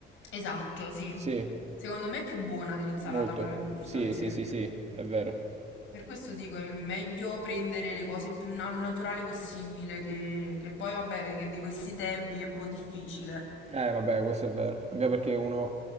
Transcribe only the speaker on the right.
Sì.
Molto.
Sì,
sì, sì, sì, è vero.
Eh, vabbè, questo è vero. Anche perché uno